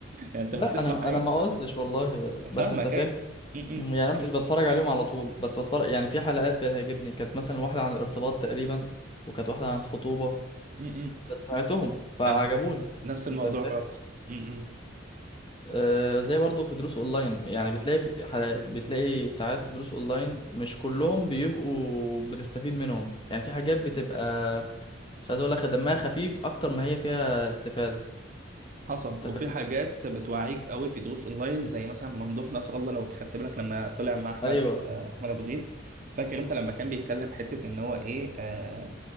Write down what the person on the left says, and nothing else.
لا
انا
انا ما قلتش والله بس
انت فاهم
مم،
يعني انا مش بتفرج عليهم على طول بس بتفرج يعني في حلقات بتعجبني كانت مثلا واحدة عن الارتباط تقريبا وكانت واحدة عن الخطوبة
فسمعتهم فعجبوني
انت فاهم
آه زي برضو في دروس اونلاين يعني بتلاقي في حلقات بتلاقي ساعات في دروس اونلاين مش كلهم بيبقوا بتستفيد منهم يعني في حاجات بتبقى مش عايز اقول لك دمها خفيف اكتر ما هي فيها استفادة
انت فاهم
ايوه